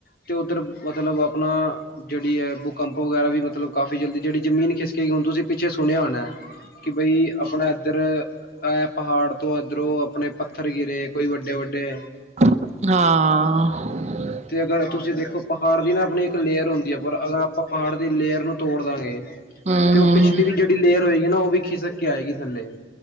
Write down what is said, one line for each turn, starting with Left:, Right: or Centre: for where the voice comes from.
Left: ਅਤੇ ਉੱਧਰ ਮਤਲਬ ਆਪਣਾ ਜਿਹੜੀ ਹੈ ਭੂਕੰਪ ਵਗੈਰਾ ਵੀ ਮਤਲਬ ਕਾਫੀ ਜਲਦੀ ਜਿਹੜੀ ਜ਼ਮੀਨ ਖਿਸਕੇਗੀ ਹੁਣ ਤੁਸੀਂ ਪਿੱਛੇ ਸੁਣਿਆ ਹੋਣਾ ਕਿ ਬਈ ਆਪਣਾ ਇਧਰ ਆ ਪਹਾੜ ਤੋਂ ਇਧਰੋਂ ਆਪਣੇ ਪੱਥਰ ਗਿਰੇ ਕੋਈ ਵੱਡੇ ਵੱਡੇ
Right: ਹਾਂ
Left: ਤੇ ਅਗਰ ਤੁਸੀਂ ਦੇਖੋ ਪਹਾੜ ਦੀ ਨਾ ਆਪਣੀ ਇੱਕ ਲੇਅਰ ਹੁੰਦੀ ਹੈ ਪਰ ਅਗਰ ਆਪਾਂ ਪਹਾੜ ਦੀ ਲੇਅਰ ਨੂੰ ਤੋੜ ਦਾਂਗੇ
Right: ਹਮ
Left: ਤੇ ਉਹ
Right: ਹਮ
Left: ਪਿਛਲੀ ਵੀ ਜਿਹੜੀ ਲੇਅਰ ਹੋਏਗੀ ਨਾ ਉਹ ਵੀ ਖਿਸਕ ਕੇ ਆਏਗੀ ਥੱਲੇ